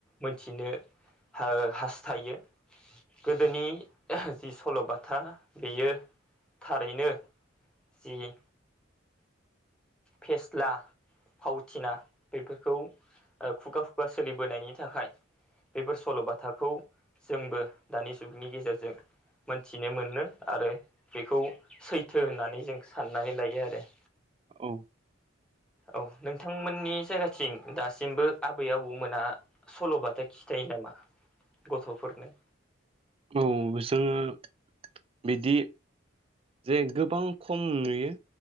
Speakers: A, in the centre; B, on the right.
A: मोनथिनो हा-हास्थायो। गोदोनि ओहो जि सल'बाथा बेयो थारैनो जि फेस्ला फावथिना बेफोरखौ ओ खुगा-खुगा सोलिबोनायनि थाखाय बेफोर सल'बाथाखौ जोंबो दानि जुगनि गेजेरजों मोनथिनो मोनो आरो बेखौ सैथो होननानै जों साननानै लायो आरो
B: औ
A: औ नोंथांमोननि जायगाथिं दासिमबो आबै-आबौमोना सल'बाथा खिथायो नामा गथ'फोरनो
B: औ बिसोरनो बिदि जे गोबां खम नुयो